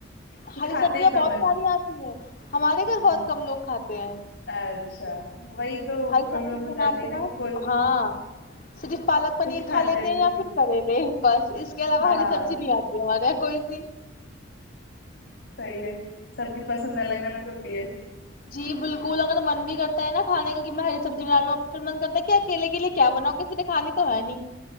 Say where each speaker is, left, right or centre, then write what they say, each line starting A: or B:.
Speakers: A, on the left; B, on the left.
A: کہ
B: ہری
A: کھاتے
B: سبزیاں
A: ہی کم
B: بہت
A: ہے
B: ساری آتی ہے ہمارے گھر
A: ہوں
B: بہت کم لوگ کھاتے ہیں
A: اچھا وہی تو
B: ہری
A: پرابلم
B: سبزی کے
A: ہو
B: نام
A: جاتی
B: پہ
A: ہے نا کہ کوئی
B: ہاں صرف پالک پنیر
A: کچھ کھاتے
B: کھا لیتے ہیں
A: کچھ
B: یا
A: نہیں
B: پھر کریلے بس اس کے علاوہ
A: ہاں
B: ہری
A: ہاں
B: سبزی نہیں آتی ہمارے یہاں کوئی سی
A: صحیح ہے سب کی پسند الگ الگ ہوتی ہے
B: جی بالکل اگر من بھی کرتا ہے نا کھے کا کہ میں ہری سبزی بنا لوں آپ من کرتا ہے کہ اکیلے کے لیے کیا بناؤ کسی نے کھانی تو ہے نہیں